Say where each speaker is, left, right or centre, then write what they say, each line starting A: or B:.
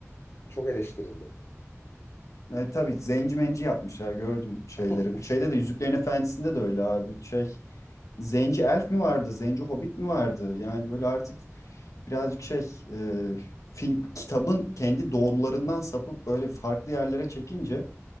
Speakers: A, on the left; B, on the left.
A: çok eleştirildi.
B: E, tabii
A: Onu
B: zenci
A: söyleyeceğim.
B: menci yapmışlar gördüm şeyleri.
A: <laughs>
B: Şeyde de Yüzüklerin Efendisi'nde de öyle abi. Şey zenci elf mi vardı? Zenci hobbit mi vardı? Yani böyle artık birazcık şey e, film, kitabın kendi doğrularından sapıp böyle farklı yerlere çekince